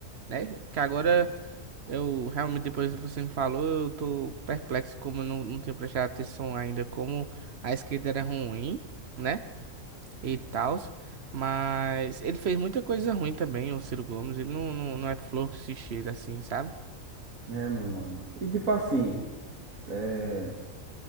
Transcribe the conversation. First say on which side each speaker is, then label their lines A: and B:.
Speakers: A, on the right; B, on the right.
A: né? Que agora. Eu realmente, depois que você me falou, eu tô perplexo como eu não, não tinha prestado atenção ainda, como a esquerda era ruim, né? E tal. Mas ele fez muita coisa ruim também, o Ciro Gomes. Ele não, não, não é flor que se cheira assim, sabe?
B: É, meu mano. E tipo assim, é,